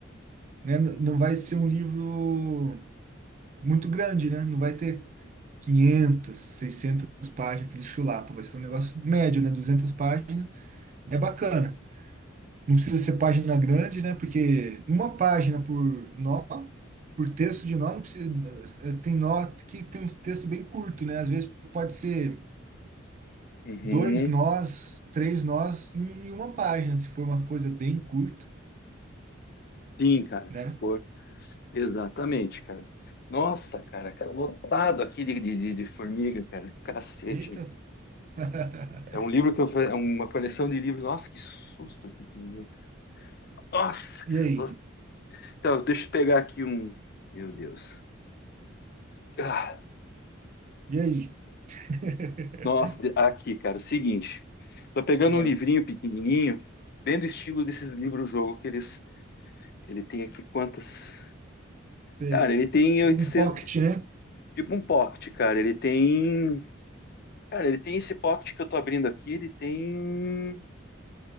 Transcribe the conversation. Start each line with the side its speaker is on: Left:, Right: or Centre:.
Right: né? n- Não vai ser um livro muito grande, né? Não vai ter 500 600 páginas, aquele chulapa. Vai ser um negócio médio, né? duzentas páginas é bacana. Não precisa ser página grande, né? Porque uma página por nó, por texto de nó, não precisa. eh, eh, Tem nó que tem um texto bem curto, né? Às vezes pode ser
Left: uhum.
Right: dois nós, três nós em um- em uma página, se for uma coisa bem curta,
Left: Sim, cara,
Right: né?
Left: se for. Exatamente, cara. Nossa, cara, cara, lotado aqui de, de, de- de formiga, cara. Cacete.
Right: Eita!
Left: meu.
Right: <laughs>
Left: É um livro que eu fa- é uma coleção de livros. Nossa, que susto aqui que me deu. Nossa, cara.
Right: E aí?
Left: lo- Então, deixa eu pegar aqui um. Meu Deus. Ah,
Right: E aí? <laughs>
Left: nossa, de- aqui, cara, o seguinte. Tô pegando
Right: É,
Left: um livrinho pequenininho, bem do estilo desses livros-jogo que eles. Ele tem aqui quantas.
Right: sei.
Left: Cara, ele tem
Right: Tipo
Left: 800.
Right: um pocket, né?
Left: Tipo um pocket, cara. Ele tem. Cara, ele tem esse pocket que eu tô abrindo aqui, ele tem